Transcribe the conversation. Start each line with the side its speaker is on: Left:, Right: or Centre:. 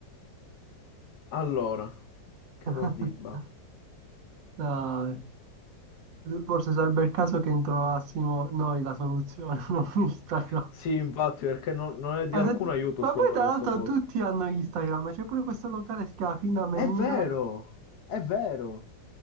Left: Allora, che
Right: <laughs>
Left: bordiba.
Right: Dai. Forse sarebbe il caso che trovassimo noi la soluzione, <laughs> non Instagram.
Left: Sì, infatti, perché non, non è di
Right: Ma,
Left: alcun
Right: se-
Left: aiuto
Right: ma
Left: sto,
Right: poi tra l'altro
Left: sto coso.
Right: tutti hanno Instagram, c'è pure questo locale che si chiama Fina Menina.
Left: È vero, è vero.